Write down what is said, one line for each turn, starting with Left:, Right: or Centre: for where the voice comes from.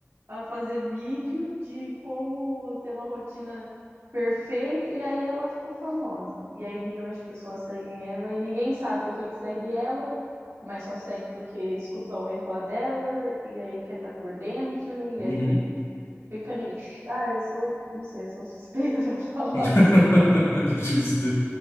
Right: a fazer vídeo de como ter uma rotina perfeita, e aí ela ficou famosa. E aí milhões de pessoas seguem ela, e ninguém sabe por que que segue ela, mas só segue porque escutou alguém falar dela, e aí quer estar por dentro, e
Left: Uhum.
Right: aí fica nisso. Ah, eu sou, não sei, eu sou suspeita <laughs> pra falar
Left: <laughs>
Right: dessas coisas.
Left: Justo.